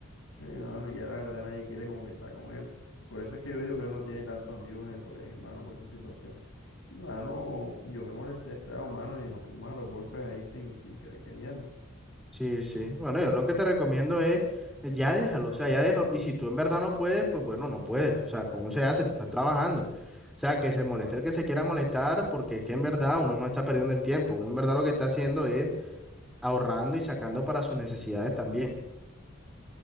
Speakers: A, on the left (about 75°); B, in the centre.
A: Sí, mano, y ya la verdad nadie quiere como que está con él. Por eso es que yo digo que él no tiene tantos amigos en el colegio, mano, por esa situación. Y, mano, yo me molesté feo, mano, y nos fuimos a los golpes ahí sin, sin querer queriendo.
B: Sí, sí. Bueno, yo lo que te recomiendo es, eh, ya déjalo, o sea, ya déjalo. Y si tú en verdad no puedes, pues bueno, no puedes. O sea, ¿cómo se hace? Tú estás trabajando. O sea, que se moleste el que se quiera molestar, porque es que en verdad uno no está perdiendo el tiempo. Uno en verdad lo que está haciendo es ahorrando y sacando para sus necesidades también.